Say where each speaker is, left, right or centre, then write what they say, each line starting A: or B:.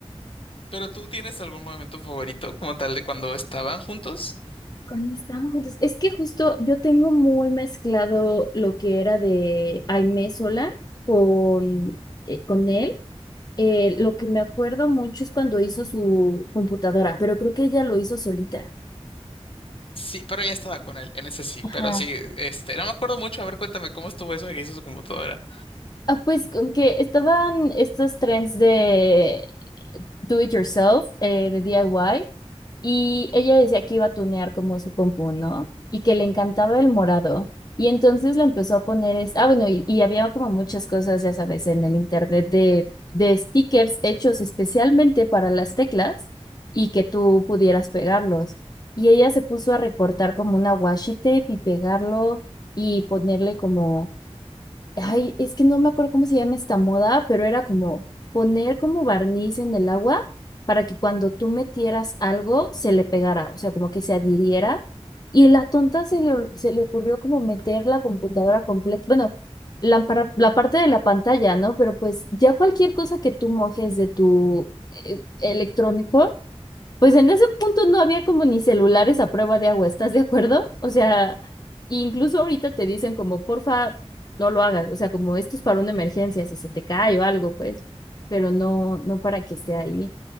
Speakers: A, on the left (about 55°); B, on the left (about 35°).
A: ¿Pero tú tienes algún momento favorito como tal de cuando estaban juntos?
B: Cuando estábamos juntos, es que justo yo tengo muy mezclado lo que era de Aimee sola con, eh, con él. Eh, lo que me acuerdo mucho es cuando hizo su computadora, pero creo que ella lo hizo solita.
A: Sí, pero ya estaba con él, en ese sí.
B: Ajá.
A: Pero sí, este, no me acuerdo mucho. A ver, cuéntame cómo estuvo eso de que hizo su computadora.
B: Ah, pues con que estaban estos trends de do it yourself, eh, de DIY. Y ella decía que iba a tunear como su compu, ¿no? Y que le encantaba el morado. Y entonces le empezó a poner, es... ah, bueno, y, y había como muchas cosas, ya sabes, en el internet de, de stickers hechos especialmente para las teclas y que tú pudieras pegarlos. Y ella se puso a recortar como una washi tape y pegarlo y ponerle como Ay, es que no me acuerdo cómo se llama esta moda, pero era como poner como barniz en el agua para que cuando tú metieras algo se le pegara, o sea, como que se adhiriera. Y la tonta se le, se le ocurrió como meter la computadora completa, bueno, la, para- la parte de la pantalla, ¿no? Pero pues ya cualquier cosa que tú mojes de tu eh, electrónico pues en ese punto no había como ni celulares a prueba de agua, ¿estás de acuerdo? O sea, incluso ahorita te dicen como, porfa, no lo hagas, o sea, como esto es para una emergencia, si se te cae o algo, pues, pero no, no para que esté ahí.